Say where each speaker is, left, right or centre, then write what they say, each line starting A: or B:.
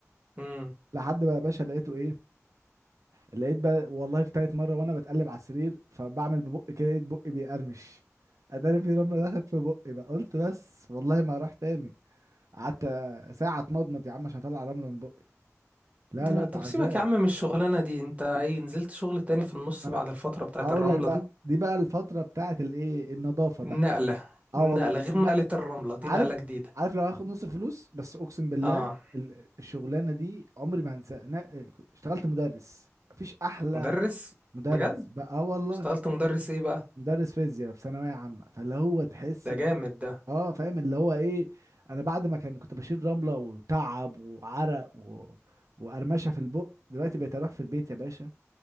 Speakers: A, on the right (about 25°); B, on the right (about 75°).
A: امم
B: لحد بقى يا باشا لقيته ايه لقيت بقى والله في تالت مرة وانا بتقلب على السرير فبعمل ببقي كده لقيت بقي بيقرمش اداني في رملة دخلت في بقي بقى قلت بس والله ما راح تاني قعدت ساعة اتمضمض يا عم عشان اطلع رملة من بقي لا
A: لا
B: لا ده
A: طب
B: عذاب
A: سيبك يا عم من الشغلانة دي انت ايه نزلت شغل تاني في النص
B: انا
A: بعد الفترة بتاعت
B: هقول
A: الرملة
B: لك بقى
A: دي
B: دي بقى الفترة بتاعت الايه النظافة بقى
A: النقلة
B: اه
A: النقلة
B: والله
A: غير
B: لا
A: نقلة الرملة دي
B: عارف
A: نقلة جديدة
B: عارف لو هاخد نص فلوس بس اقسم بالله
A: اه
B: ال- الشغلانة دي عمري ما هنساها أنا اشتغلت مدرس مفيش احلى
A: مدرس
B: مدرس
A: بجد
B: بقى اه والله
A: اشتغلت مدرس ايه بقى
B: مدرس فيزياء في ثانويه عامه فاللي هو تحس
A: ده
B: ان
A: جامد ده
B: اه فاهم اللي هو ايه انا بعد ما كان كنت بشيل رمله وتعب وعرق و... وقرمشه في البق دلوقتي بقيت اروح في البيت يا باشا